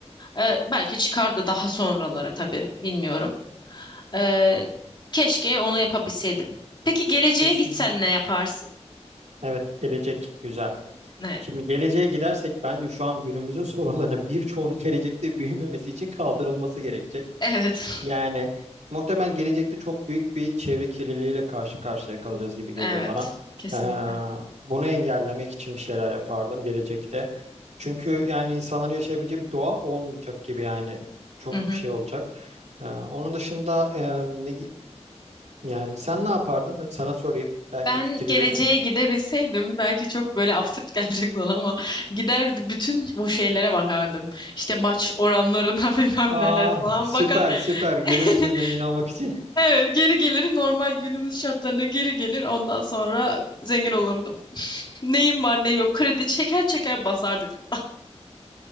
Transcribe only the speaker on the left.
Ee, belki çıkardı daha sonralara tabii. Bilmiyorum. Ee, keşke onu yapabilseydim. Peki geleceğe
gitsen ne yaparsın?
Evet.
Evet.
<laughs>
Evet.
Kesinlikle.
Mhm.
Ben
geleceğe
gidebilseydim belki çok böyle absürt <laughs> gelecek sana ama gider bütün bu şeylere bakardım. İşte maç oranlarına <laughs> bilmem
nelere falan
bakar.
<laughs>
Evet geri gelir normal günümüz şartlarına geri gelir ondan sonra zengin olurdum. <laughs> Neyim var neyim yok kredi çeker çeker basardı. bir.